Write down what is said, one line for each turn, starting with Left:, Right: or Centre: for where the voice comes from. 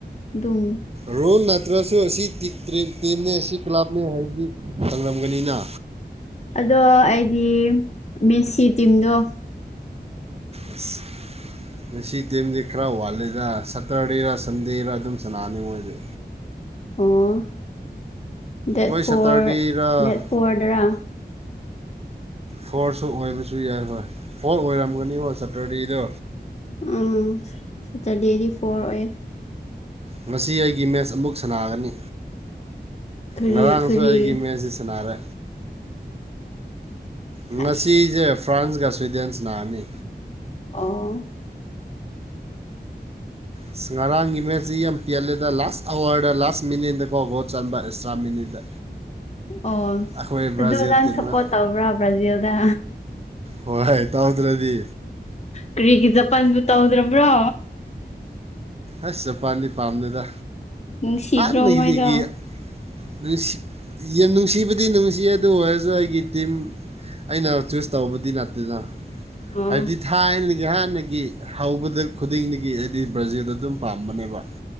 Left: ꯑꯗꯨꯝ
Right: ꯔꯨꯜ ꯅꯠꯇ꯭ꯔꯁꯨ ꯑꯁꯤ ꯇꯤꯛ ꯇ꯭ꯔꯤꯛꯇꯦꯅꯦ ꯑꯁꯤ ꯀ꯭ꯂꯕꯅꯦ ꯍꯥꯏꯕꯗꯤ ꯈꯪꯂꯝꯒꯅꯤꯅ
Left: ꯑꯗꯣ ꯑꯩꯗꯤ ꯃꯦꯁꯤ ꯇꯤꯝꯗꯣ
Right: ꯑꯁ ꯃꯦꯁꯤ ꯇꯤꯝꯗꯤ ꯈꯔ ꯋꯥꯠꯂꯤꯗ ꯁꯇꯔꯗꯦꯔꯥ ꯁꯟꯗꯦꯔꯥ ꯑꯗꯨꯝ ꯁ꯭ꯅꯥꯕꯅꯤ ꯃꯣꯏꯗꯤ
Left: ꯑꯣ ꯗꯦꯠ
Right: ꯃꯣꯏ
Left: ꯐꯣꯔ
Right: ꯁꯇꯔꯗꯦꯔ
Left: ꯗꯦꯠ ꯐꯣꯔꯗꯔꯥ
Right: ꯐꯣꯔꯁꯨ ꯑꯣꯏꯕꯁꯨ ꯌꯥꯏ ꯍꯣꯏ ꯐꯣꯔ ꯑꯣꯏꯔꯝꯒꯅꯤꯉꯣ ꯁꯇꯔꯗꯦꯗꯣ
Left: ꯎꯝ ꯁꯇꯔꯗꯦꯗꯤ ꯐꯣꯔ ꯑꯣꯏꯌꯦ
Right: ꯉꯁꯤ ꯑꯩꯒꯤ ꯃꯦꯠꯁ ꯑꯃꯨꯛ ꯁ꯭ꯅꯥꯒꯅꯤ
Left: ꯀꯔꯤ
Right: ꯉꯔꯥꯡꯁꯨ
Left: ꯀꯔꯤ
Right: ꯑꯩꯒꯤ ꯃꯦꯠꯁꯤ ꯁꯥꯟꯅꯥꯔꯦ ꯉꯁꯤꯖꯦ
Left: ꯑꯁ
Right: ꯐ꯭ꯔꯥꯟꯁꯒ ꯁ꯭ꯋꯤꯗꯦꯟꯁ ꯁ꯭ꯅꯥꯔꯅꯤ
Left: ꯑꯣ
Right: ꯏꯁ ꯉꯔꯥꯡꯒꯤ ꯃꯦꯠꯁꯤ ꯌꯥꯝ ꯄꯦꯜꯂꯦꯗ ꯂꯥꯁ ꯑꯋꯥꯔꯗ ꯂꯥꯁ ꯃꯤꯅꯤꯠꯗꯀꯣ ꯒꯣꯜ ꯆꯟꯕ ꯑꯦꯛꯁꯇ꯭ꯔꯥ ꯃꯤꯅꯤꯠꯇ
Left: ꯑꯣ
Right: ꯑꯩꯈꯣꯏ ꯕ꯭ꯔꯥꯖꯤꯜ
Left: ꯑꯗꯨ ꯅꯪ
Right: ꯇꯤꯝꯅ
Left: ꯁꯞꯄꯣꯔꯠ ꯇꯧꯕ꯭ꯔꯥ ꯕ꯭ꯔꯥꯖꯤꯜꯗꯥ
Right: ꯍꯣꯏ ꯇꯧꯗ꯭ꯔꯗꯤ
Left: ꯀꯔꯤꯒꯤ ꯖꯄꯥꯟꯕꯨ ꯇꯧꯗ꯭ꯔꯕ꯭ꯔꯣ
Right: ꯑꯁ ꯖꯄꯥꯟꯗꯤ ꯄꯥꯝꯗꯦꯗ
Left: ꯅꯨꯡꯁꯤꯗ꯭ꯔꯣ
Right: ꯍꯥꯟꯅꯒꯤ
Left: ꯃꯣꯏꯗꯣ
Right: ꯅꯨꯡꯁꯤ ꯌꯥꯝ ꯅꯨꯡꯁꯤꯕꯗꯤ ꯅꯨꯡꯁꯤꯌꯂ ꯑꯗꯨ ꯑꯣꯏꯔꯁꯨ ꯑꯩꯒꯤ ꯇꯤꯝ ꯑꯩꯅ ꯆꯨꯁ ꯇꯧꯕꯗꯤ ꯅꯠꯇꯦꯅ
Left: ꯑꯣ
Right: ꯍꯥꯏꯕꯗꯤ ꯊꯥꯏꯅꯒꯤ ꯍꯥꯟꯅꯒꯤ ꯍꯧꯕꯗ ꯈꯨꯗꯤꯡꯗꯒꯤ ꯑꯩꯗꯤ ꯕ꯭ꯔꯥꯖꯤꯜꯗ ꯑꯗꯨꯝ ꯄꯥꯝꯕꯅꯦꯕ